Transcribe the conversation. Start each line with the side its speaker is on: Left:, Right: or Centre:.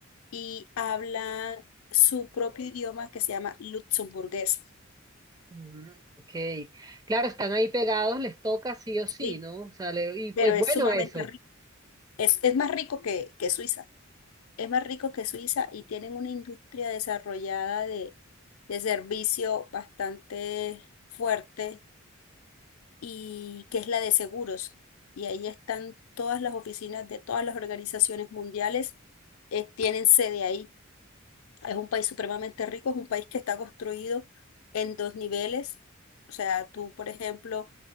Left: y hablan su propio idioma que se llama luxemburgués.
Right: ujú, ok. Claro, están ahí pegados, les toca sí o sí,
Left: Sí,
Right: ¿no? O sea, le- y
Left: pero
Right: pues
Left: es
Right: bueno
Left: sumamente
Right: eso.
Left: Es, es más rico que, que Suiza, es más rico que Suiza y tienen una industria desarrollada de, de servicio bastante fuerte y que es la de seguros. Y ahí están todas las oficinas de todas las organizaciones mundiales, eh, tienen sede ahí. Es un país supremamente rico, es un país que está construido en dos niveles. O sea, tú, por ejemplo,